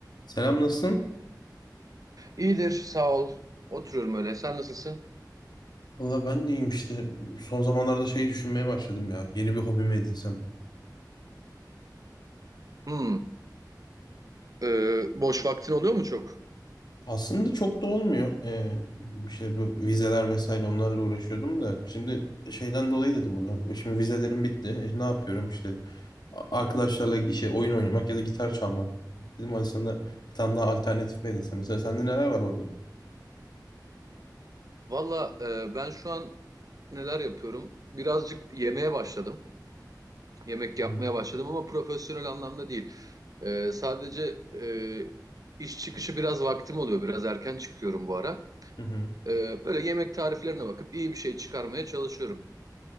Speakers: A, on the left; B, on the right.
A: Selam nasılsın?
B: İyidir, sağ ol. Oturuyorum öyle. Sen nasılsın?
A: Valla ben de iyiyim işte. Son zamanlarda şeyi düşünmeye başladım ya. Yeni bir hobimi edinsem.
B: Hmm, e, boş vaktin oluyor mu çok?
A: Aslında çok da olmuyor. Ee, işte bu vizeler vesaire onlarla uğraşıyordum da. Şimdi şeyden dolayı dedim bunu. Şimdi vizelerim bitti. E, ne yapıyorum işte. A- Arkadaşlarla işe oyun oynamak ya da gitar çalmak. Dedim aslında bir tane daha alternatif mi edinsem. Mesela sende neler var hobi?
B: Valla e, ben şu an neler yapıyorum? Birazcık yemeye başladım. Yemek
A: Hı
B: yapmaya
A: hı.
B: başladım ama profesyonel anlamda değil. E, sadece e, iş çıkışı biraz vaktim oluyor. Biraz erken çıkıyorum bu ara.
A: Hı hı.
B: E, böyle yemek tariflerine bakıp iyi bir şey çıkarmaya çalışıyorum.